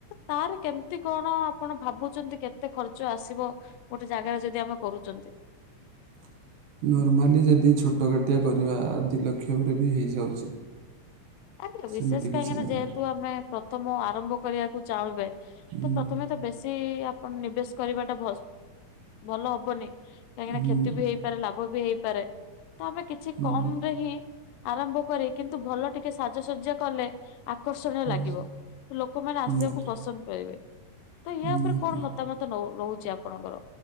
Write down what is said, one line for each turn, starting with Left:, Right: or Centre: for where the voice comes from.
Left: ତାର କେମିତି କଣ ଆପଣ ଭାବୁଛନ୍ତି କେତେ ଖର୍ଚ୍ଚ ଆସିବ? ଗୋଟେ ଜାଗାରେ ଯଦି ଆମେ କରୁଛନ୍ତି।
Right: <inaudible> ନର୍ମାଲି ଯଦି ଛୋଟ ଗାଡ଼ି ଟିଏ କରିବା ଆଦି ଲକ୍ଷରେ ବି ହେଇଯାଉଛି।
Left: ଆଜ୍ଞା
Right: ସେମିତି
Left: ବିଶେଷ
Right: କିଛି
Left: କାହିଁକି ନା
Right: ନାହିଁ।
Left: ଯେହେତୁ ଆମେ ପ୍ରଥମ ଆରମ୍ଭ କରିବାକୁ ଚାହୁଁବେ ତ
Right: ହୁଁ
Left: ପ୍ରଥମେ ତ ବେଶୀ ଆପଣ ନିବେଶ କରିବାଟା ଭଲ ଭଲ ହବନି କାହିଁକିନା
Right: ହୁଁ।
Left: କ୍ଷତି ବି ହେଇପାରେ ଲାଭ ବି ହେଇପାରେ। ତ ଆମେ କିଛି
Right: ହୁଁ
Left: କମ ରେ ହିଁ ଆରମ୍ଭ କରେ କିନ୍ତୁ ଭଲ ଟିକେ ସାଜସଜ୍ଜା କଲେ ଆକର୍ଷଣୀୟ
Right: ହୁଁ
Left: ଲାଗିବ ଲୋକମାନେ ଆସିବାକୁ
Right: ନିହାତି।
Left: ପସନ୍ଦ ସନ୍ ପାଇବେ ତ ୟା
Right: ନିହାତି
Left: ଉପରେ କଣ ମତାମତ ରହୁଛି ଆପଣଙ୍କର?